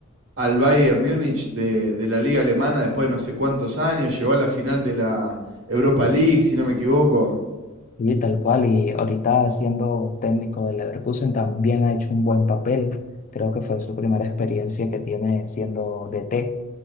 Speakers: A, on the right; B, on the left.
A: al Bayern Múnich de, de la liga alemana después de no sé cuántos años, llegó a la final de la Europa League, si no me equivoco.
B: Y tal cual, y ahorita siendo técnico del Leverkusen también ha hecho un buen papel. Creo que fue su primera experiencia que tiene siendo DT